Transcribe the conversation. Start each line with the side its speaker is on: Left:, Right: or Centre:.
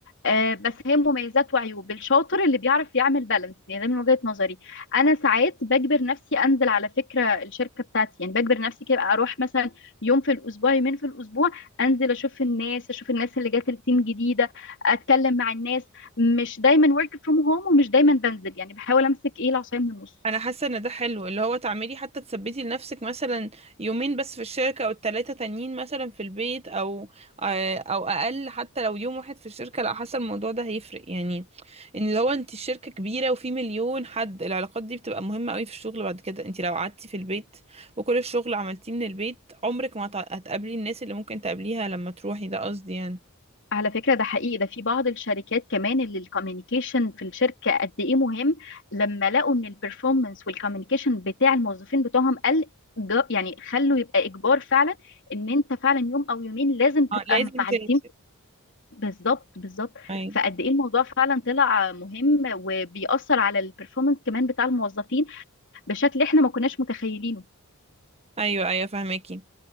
Left: آه، بس هي مميزات وعيوب الشاطر اللي بيعرف يعمل بالانس يعني ده من وجهة نظري انا ساعات بجبر نفسي انزل على فكره الشركه بتاعتي يعني بجبر نفسي كده اروح مثلا يوم في الاسبوع يومين في الاسبوع انزل اشوف الناس اشوف الناس اللي جات التيم جديده اتكلم مع الناس مش دايما ورك فروم هوم ومش دايما بنزل يعني بحاول امسك ايه العصايه من النص
Right: انا حاسه ان ده حلو اللي هو تعملي حتى تثبتي لنفسك مثلا يومين بس في الشركه او التلاته تانيين مثلا في البيت او آه، او اقل حتى لو يوم واحد في الشركه لا حاسه الموضوع ده هيفرق يعني ان لو انت الشركه كبيره وفي مليون حد العلاقات دي بتبقى مهمه قوي في الشغل بعد كده انت لو قعدتي في البيت وكل الشغل عملتيه من البيت عمرك ما هت- هتقابلي الناس اللي ممكن تقابليها لما تروحي ده قصدي يعني
Left: على فكرة ده حقيقي ده في بعض الشركات كمان اللي الكوميونيكيشن في الشركة قد ايه مهم لما لقوا ان البرفورمانس والكوميونيكيشن بتاع الموظفين بتوعهم قل جا- يعني خلوا يبقى اجبار فعلا ان انت فعلا يوم او يومين لازم تبقى
Right: اه لازم
Left: مع
Right: تنزلي
Left: التيم بالظبط بالظبط
Right: ايوه
Left: فقد ايه الموضوع فعلا طلع مهم وبيأثر على البرفورمانس كمان بتاع الموظفين بشكل احنا ما كناش متخيلينه
Right: ايوه ايوه فهماكي